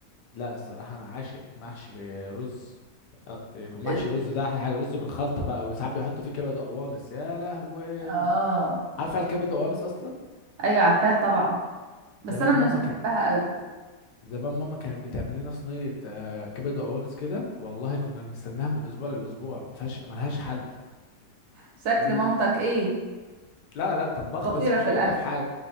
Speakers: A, on the left (about 80°); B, on the right (about 70°).
A: لا الصراحه انا عاشق محشي رز أه، يكون محشي
B: ال...
A: رز ده احلى حاجه رز بالخلطه بقى وساعات بيحطوا فيه كبد وقوانص يا لهوي
B: اه
A: عارفه الكبد وقوانص اصلا
B: ايوه عارفاها طبعا
A: زمان
B: بس انا
A: ماما
B: مش بحبها
A: كان
B: قوي
A: زمان ماما كانت بتعمل لنا صينيه آه، كبد وقوانص كده والله كنا بنستناها من الاسبوع للاسبوع ما فيهاش ملهاش حل
B: شكل
A: وال...
B: مامتك ايه
A: لا لا طباخه
B: خطيره
A: بس مشكلتها
B: في الاكل
A: في حاجه